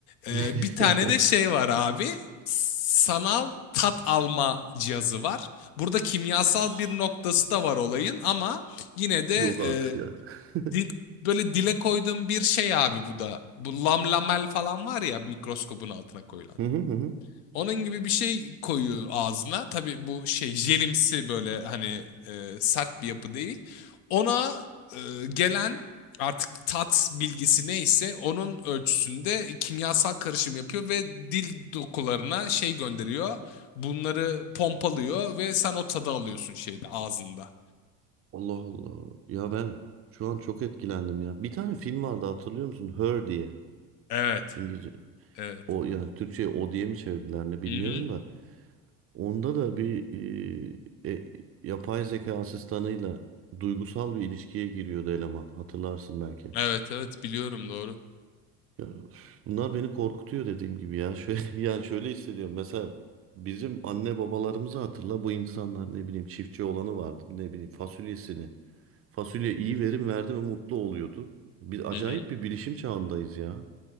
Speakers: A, on the left; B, on the right.
A: Ee,
B: <laughs>
A: bir tane de şey var abi sanal tat alma cihazı var. Burada kimyasal
B: Oh,
A: bir noktası da var olayın ama yine de
B: yok artık
A: e,
B: ya. <laughs>
A: dil- böyle dile koyduğum bir şey abi bu da. Bu lamlamel falan var ya mikroskopun altına koyulan.
B: Hı hı hı. hı.
A: Onun gibi bir şey koyuyor ağzına. Tabii bu şey jelimsi böyle hani e, sert bir yapı değil. Ona e, gelen artık tat bilgisi neyse onun ölçüsünde kimyasal karışım yapıyor ve dil dokularına şey gönderiyor. Bunları pompalıyor ve sen o tadı alıyorsun şeyde ağzında.
B: Allah Allah. Ya ben şu an çok etkilendim ya. Bir tane film vardı hatırlıyor musun? Her diye.
A: Evet,
B: İngilizce.
A: evet.
B: O yani Türkçe'ye o diye mi çevirdiler ne bilmiyorum
A: Hı hı.
B: da. Onda da bir e, e, yapay zeka asistanıyla duygusal bir ilişkiye giriyordu eleman. Hatırlarsın belki.
A: Evet, evet biliyorum doğru.
B: Ya, üf, bunlar beni korkutuyor dediğim gibi ya. Şöyle, <laughs> yani şöyle hissediyorum. Mesela bizim anne babalarımızı hatırla. Bu insanlar ne bileyim çiftçi olanı vardı. Ne bileyim fasulyesini. Fasulye iyi verim verdi mi mutlu oluyordu. Bir acayip
A: Hı hı.
B: bir bilişim çağındayız ya.